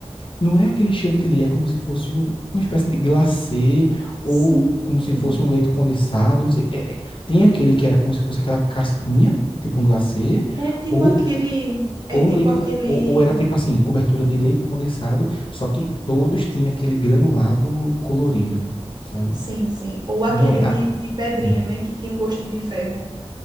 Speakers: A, on the left; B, on the right.
A: não é aquele chantilly, é como se fosse um- uma espécie de glacê ou
B: Sim.
A: como se fosse um leite condensado, não sei. É- é- tem aquele que era como se fosse aquela casquinha, tipo um glacê,
B: É tipo
A: ou
B: aquele, é
A: Ou
B: tipo
A: um leite,
B: aquele,
A: con- ou, ou era tipo assim, cobertura de leite condensado, só que todos tinham aquele granulado colorido, sabe?
B: sim, sim, ou aquele
A: Não é.
B: de,
A: a-
B: de pedrinha,
A: Hum.
B: né, que tinha um gostinho de ferro,